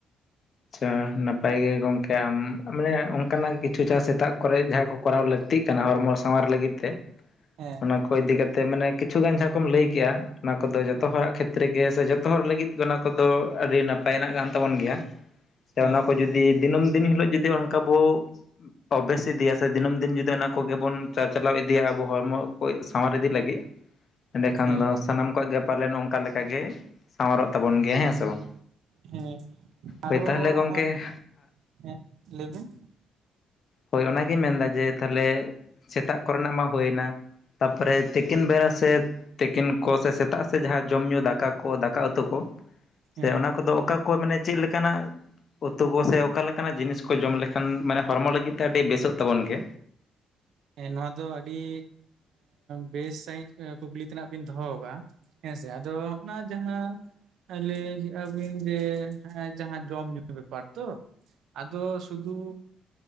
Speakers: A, on the left; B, on the right.
A: ᱟᱪᱪᱷᱟ ᱱᱟᱯᱟᱭ ᱜᱮ ᱜᱚᱝᱠᱮ ᱟᱢ ᱢᱟᱱᱮ ᱚᱱᱠᱟᱱᱟᱜ ᱠᱤᱪᱷᱩ ᱪᱟᱥ ᱥᱮᱛᱟᱜ ᱠᱚᱨᱮ ᱡᱟᱦᱟᱸᱭ ᱠᱚ ᱠᱚᱨᱟᱣ ᱞᱟᱹᱠᱛᱤᱜ ᱠᱟᱱᱟ ᱦᱚᱨᱢᱚ ᱥᱟᱶᱟᱨ ᱞᱟᱹᱜᱤᱫ ᱛᱮ
B: ᱦᱮᱸ,
A: ᱚᱱᱟ ᱠᱚ ᱤᱫᱤ ᱠᱟᱛᱮ ᱢᱟᱱᱮ ᱠᱤᱪᱷᱩ ᱜᱟᱱ ᱡᱟᱦᱟᱸ ᱠᱚᱢ ᱞᱟᱹᱭ ᱠᱮᱜ-ᱟ᱾ ᱚᱱᱟ ᱠᱚᱫᱚ ᱡᱚᱛᱚ
B: ᱦᱮᱸ
A: ᱦᱚᱲᱟᱜ ᱠᱷᱮᱛ ᱠᱷᱮᱛ ᱨᱮᱜᱮ ᱥᱮ ᱡᱚᱛᱚ ᱦᱚᱲ ᱞᱟᱹᱜᱤᱫ ᱜᱮ ᱚᱱᱟ ᱠᱚᱫᱚ ᱟᱹᱰᱤ ᱱᱟᱯᱟᱭᱱᱟᱜ ᱠᱟᱱ ᱛᱟᱵᱚᱱ ᱜᱮᱭᱟ, ᱥᱮ
B: ᱦᱮᱸ
A: ᱚᱱᱟ ᱠᱚ ᱡᱩᱫᱤ ᱫᱤᱱᱟᱹᱢ ᱫᱤᱱ ᱦᱤᱞᱳᱜ ᱡᱩᱫᱤ ᱚᱱᱠᱟ ᱵᱚ ᱚᱵᱷᱮᱥ ᱤᱫᱤᱭᱟ ᱥᱮ ᱫᱤᱱᱟᱹᱢ ᱫᱤᱱ ᱡᱩᱫᱤ ᱚᱱᱟ ᱠᱚᱜᱮᱵᱚᱱ ᱪᱟᱪᱞᱟᱣ ᱤᱫᱤᱭᱟ ᱟᱵᱚ ᱦᱚᱲᱢᱚ ᱠᱚ ᱥᱟᱶᱟᱨ ᱤᱫᱤ ᱞᱟᱹᱜᱤᱫ ᱮᱸᱰᱮᱠᱷᱟᱱ
B: ᱦᱮᱸ
A: ᱫᱚ ᱥᱟᱱᱟᱢ ᱠᱚᱣᱟᱜ ᱜᱮ ᱯᱟᱞᱮᱱ ᱱᱚᱝᱠᱟ ᱞᱮᱠᱟ ᱜᱮ ᱥᱟᱶᱟᱨᱚᱜ ᱛᱟᱵᱚᱱ ᱜᱮᱭᱟ, ᱦᱮᱸ ᱥᱮ ᱵᱟᱝ?
B: ᱦᱮᱸ ᱟᱨᱚ
A: ᱦᱳᱭ ᱛᱟᱦᱚᱞᱮ ᱜᱚᱢᱠᱮ
B: ᱦᱚᱸᱚᱭ, ᱦᱮᱸ ᱞᱟᱹᱭᱵᱤᱱ?
A: ᱦᱳᱭ ᱚᱱᱟᱜᱤᱧ ᱢᱮᱱᱫᱟ ᱡᱮ ᱛᱟᱦᱞᱮ ᱥᱮᱛᱟᱜ ᱠᱚᱨᱮᱱᱟᱜ ᱢᱟ ᱦᱩᱭᱱᱟ, ᱛᱟᱨᱯᱚᱨᱮ ᱛᱤᱠᱤᱱ ᱵᱮᱨᱟ ᱥᱮᱫ, ᱛᱤᱠᱤᱱ ᱠᱚ ᱥᱮ ᱥᱮᱛᱟᱜ ᱥᱮ ᱡᱟᱦᱟᱸ ᱡᱚᱢ ᱧᱩ ᱫᱟᱠᱟ ᱠᱚ, ᱫᱟᱠᱟ ᱩᱛᱩ ᱠᱚ
B: ᱦᱮᱸ
A: ᱥᱮ ᱚᱱᱟ ᱠᱚᱫᱚ ᱚᱠᱟ ᱠᱚ ᱢᱟᱱᱮ ᱪᱮᱫ ᱞᱮᱠᱟᱱᱟᱜ ᱩᱛᱩ ᱠᱚ ᱥᱮ ᱚᱠᱟ ᱞᱮᱠᱟᱱᱟᱜ ᱡᱤᱱᱤᱥ ᱠᱚ ᱡᱚᱢ ᱞᱮᱠᱷᱟᱱ ᱢᱟᱱᱮ ᱦᱚᱲᱢᱚ ᱞᱟᱹᱜᱤᱫ ᱛᱮ ᱟᱹᱰᱤ ᱵᱮᱥᱚᱜ ᱛᱟᱵᱚᱱ ᱜᱮ᱾
B: ᱦᱮᱸ ᱱᱚᱣᱟ ᱫᱚ ᱟᱹᱰᱤ ᱵᱮᱥ ᱥᱟᱹᱦᱤᱡ ᱠᱩᱠᱞᱤ ᱛᱮᱱᱟᱜ ᱵᱤᱱ ᱫᱚᱦᱚ ᱟᱠᱟᱫᱟ ᱦᱮᱸ ᱥᱮ ᱟᱫᱚ ᱚᱱᱟ ᱡᱟᱦᱟᱸ ᱞᱟᱹᱭ ᱠᱮᱜᱼᱟᱵᱤᱱ ᱡᱮ ᱡᱟᱦᱟᱸ ᱡᱚᱢ ᱧᱩᱩ ᱵᱮᱯᱟᱨ ᱛᱚ ᱟᱫᱚ ᱥᱩᱫᱷᱩ